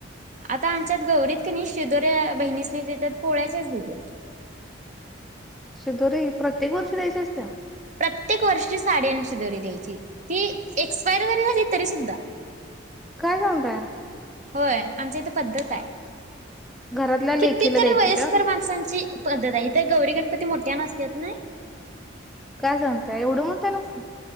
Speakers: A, on the right (about 40°); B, in the centre.
A: आता आमच्यात गौरीत की नाही शिदोऱ्या बहिणीसनी देतात पोळ्याच्याच देतात
B: शिदोरी प्रत्येक वर्षी द्यायच्या असतिये
A: प्रत्येक वर्षीची साडीं शीदोरी द्यायची ती एक्सपायर जरी झाली तरी सुद्धा
B: काय सांगताय
A: होय आमच्या इथे पद्धत आहे
B: घरातल्या लेखीला
A: किती तरी
B: द्यायची
A: वयस्कर
B: का?
A: माणसांची पद्धत इथ गौरी गणपती मोठ्यान असतात ना
B: काय सांगताय एवढं मोठ्यान असतंय